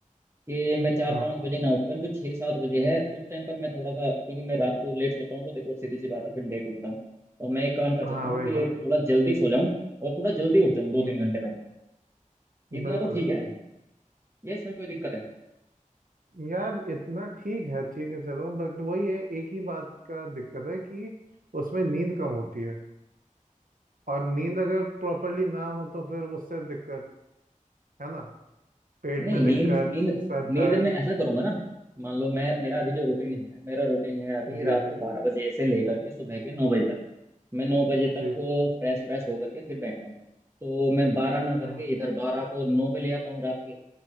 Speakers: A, on the right; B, on the right.
A: कि मैं चार
B: हाँ
A: पाँच बजे ना उठकर जो छः सात बजे है उस टाइम पर मैं थोड़ा सा क्योंकि मैं रात को लेट सोता हूँ तो देखो सीधी सी बात है फिर लेट उठता हूँ तो मैं एक काम कर
B: हाँ
A: सकता हूँ
B: वही
A: कि
B: बात है
A: थोड़ा जल्दी सो जाऊँ और थोड़ा जल्दी उठ जाऊँ दो
B: हम्म
A: तीन घंटे पहले इतना
B: बिल्कुल
A: तो ठीक है ये इसमें कोई दिक्कत है
B: यार इतना ठीक है ठीक है चलो बट वही है एक ही बात का दिक्कत है कि उसमें नींद कम होती है और नींद अगर प्रॉपरली ना हो तो फिर उससे दिक्कत है ना पेट
A: नहीं
B: में
A: नींद
B: दिक्कत
A: नींद
B: सर दर्द
A: नींद में ऐसा करूंगा ना मान लो मैं मेरा अभी जो रूटीन है मेरा रूटीन है अभी
B: जी
A: रात
B: जी
A: को बारह बजे से लेकर के सुबह के नौ बजे तक मैं नौ बजे तक
B: जी
A: फ्रेश व्रेश होकर के फिर बैठता हूँ तो मैं बारह ना करके
B: हाँ
A: इधर बारह को नौ पे ले आता हूँ रात के